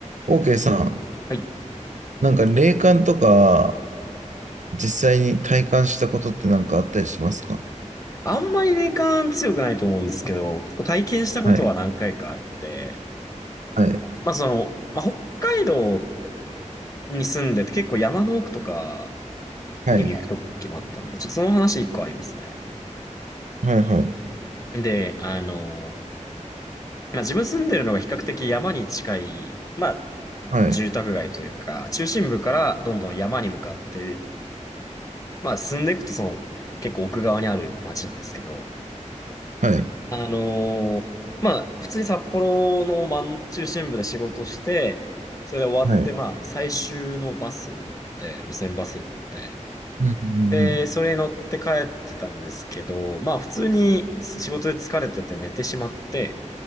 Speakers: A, on the right (about 75°); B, on the left (about 25°).
A: OK さん、
B: はい
A: なんか霊感とか実際に体感したことってなんかあったりしますか
B: あんまり霊感強くないと思うんですけど、結構体験したことは何回かあって、
A: はい。はい。
B: まあその、まあ北海道に住んでて結構山の奥とか
A: はい。
B: に行く時もあったんで、ちょっとその話一個ありますね。
A: はい。
B: で、あの、まあ自分住んでるのが比較的山に近い、まあ
A: はい。
B: 住宅街というか、中心部からどんどん山に向かって、まあ進んでいくとその結構奥側にある街なんですけど、
A: はい。はい。
B: あのーまあ、普通に札幌の真ん中心部で仕事して、それで終わって、
A: はい。
B: まあ、最終のバスに乗って、路線バスに乗って、
A: うん。うんうん
B: で、それに乗って帰ってたんですけど、まあ、普通に仕事で疲れてて寝てしまって、